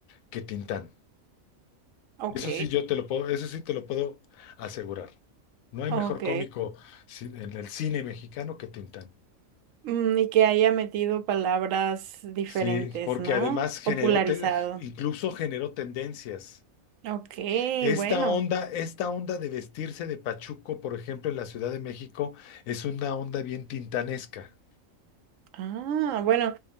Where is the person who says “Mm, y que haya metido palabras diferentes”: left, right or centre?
Right